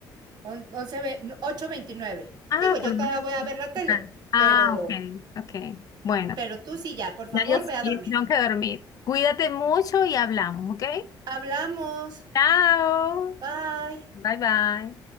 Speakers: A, on the right (about 55°); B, on the left (about 45°).
A: On- once ve- no, 8:29.
B: Ah,
A: Digo, yo
B: por lo
A: todavía
B: menos.
A: voy a ver la tele,
B: Ah, ah,
A: pero,
B: ok, ok. Bueno.
A: pero tú sí ya, por favor,
B: Ya yo sí,
A: ve a dormir.
B: tengo que dormir. Cuídate mucho y hablamos, ¿ok?
A: Hablamos.
B: Chao.
A: Bye.
B: Bye bye.